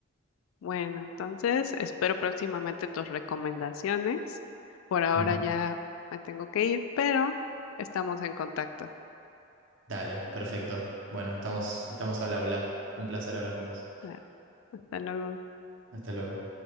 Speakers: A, on the left (about 80°); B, on the right (about 65°).
A: bueno, entonces espero próximamente tus recomendaciones. Por ahora
B: Ujú.
A: ya me tengo que ir, pero estamos en contacto.
B: Dale, perfecto. Bueno, estamos, estamos al habla. Un placer hablar con vos.
A: Claro, hasta luego.
B: Hasta luego.